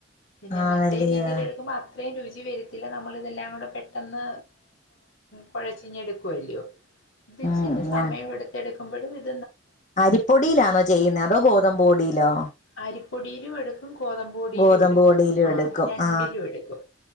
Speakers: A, on the left; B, on the left.
A: പിന്നെ
B: ആണല്ലയോ
A: മറ്റേ രീതിയിൽ എടുക്കുമ്പോൾ അത്രയും രുചി ച വരത്തില്ല നമ്മൾ ഇതെല്ലാം കൂടെ പെട്ടെന്ന് കുഴചിങ്ങ് എടുക്കുവല്ലയോ ഇത് ഇച്ചിരി
B: ഉം
A: സമയം
B: ഞാ
A: എടുത്ത്ടുക്കും <inaudible>
B: അരിപ്പൊടിയിലാണോ ചെയ്യുന്നെ അതോ ഗോതമ്പ് പൊടിയിലോ
A: അരിപ്പൊടിയിലും എടുക്കും ഗോതമ്പൊടിയിലും
B: ഗോതമ്പ്
A: എടുക്കും
B: പൊടിയിലും
A: ആ
B: എടുക്കും
A: രണ്ടിലും
B: ആ
A: എടുക്കും